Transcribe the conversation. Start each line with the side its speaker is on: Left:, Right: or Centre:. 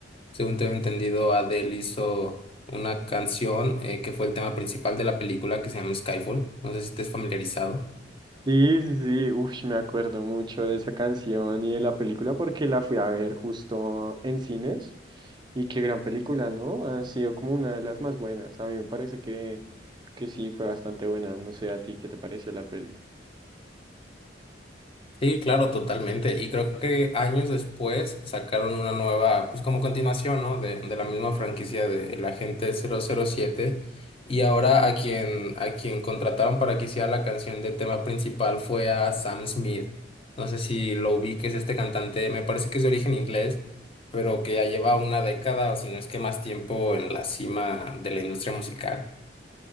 Left: Según tengo entendido, Adele hizo una canción eh, que fue el tema principal de la película que se llama Skyfall. No sé si estés familiarizado.
Right: Sí, sí, sí, uf, me acuerdo mucho de esa canción y de la película porque la fui a ver justo en cines y qué gran película, ¿no? Ha sido como una de las más buenas, a mí me parece que, que sí fue bastante buena, no sé a ti qué te pareció la peli.
Left: Sí, claro, totalmente. Y creo que años después sacaron una nueva, pues como continuación, ¿no? De, de la misma franquicia de El Agente cero cero siete. Y ahora a quien, a quien contrataron para que hiciera la canción de tema principal fue a Sam Smith. No sé si lo ubiques, este cantante, me parece que es de origen inglés, pero que ya lleva una década o si no es que más tiempo en la cima de la industria musical.